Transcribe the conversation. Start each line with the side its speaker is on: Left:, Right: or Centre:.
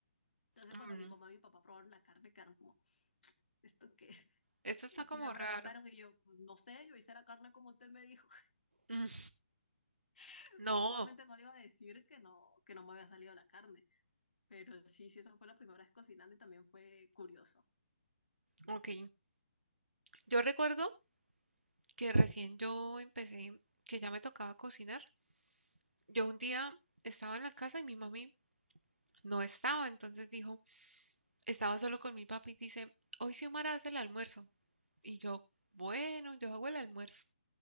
Left: Entonces,
Right: Mm,
Left: cuando mi mamá y mi papá probaron la carne, quedaron como, ¿esto qué es?
Right: esto está como
Left: Y me preguntaron
Right: raro.
Left: y yo, pues no sé, yo hice la carne como usted me dijo,
Right: Mm,
Left: <laughs>
Right: no,
Left: porque obviamente no le iba a decir que no, que no me había salido la carne. Pero sí, sí, esa fue la primera vez cocinando y también fue curioso.
Right: ok. Yo recuerdo que recién yo empecé, que ya me tocaba cocinar. Yo un día estaba en la casa y mi mami no estaba, entonces dijo, estaba solo con mi papi y dice, hoy Xiomara hace el almuerzo. Y yo, bueno, yo hago el almuerzo.